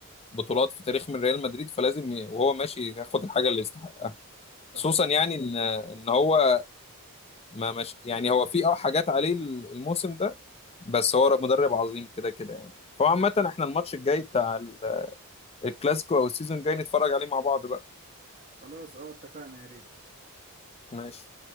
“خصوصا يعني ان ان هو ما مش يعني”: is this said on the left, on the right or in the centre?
Left